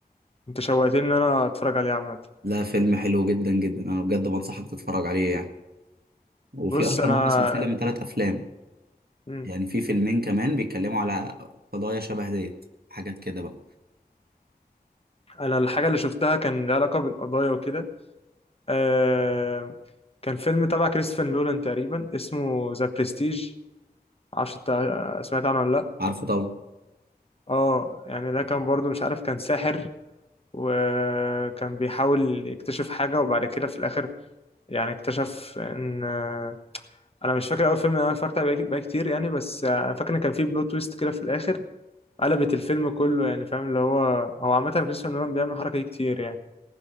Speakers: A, on the left; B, on the right.
A: انت شوقتني ان انا اتفرج عليه عامه
B: لا فيلم حلو جدا جدا انا بجد بنصحك تتفرج عليه يعني وفي
A: بص
B: اصلا
A: انا
B: هم سلسلة من ثلاث افلام
A: مم.
B: يعني في فيلمين كمان بيتكلموا على قضايا شبه ديت حاجات كده بقى
A: انا الحاجه اللي شفتها كان لها علاقه بالقضايا وكده آه... كان فيلم تبع كريستوفر نولان تقريبا اسمه ذا برستيج معرفش انت آه، سمعت عنه ولا لا
B: عارفه طبعا
A: اه يعني ده كان برضو مش عارف كان ساحر وكان بيحاول يكتشف حاجة وبعد كده في الآخر يعني اكتشف إن آه، أنا مش فاكر أول فيلم أنا اتفرجت عليه بقى كتير يعني بس آه، أنا فاكر إن كان فيه بلوت تويست كده في الآخر قلبت الفيلم كله يعني فاهم اللي هو هو عامة كريستوفر نولان بيعمل الحركة دي كتير يعني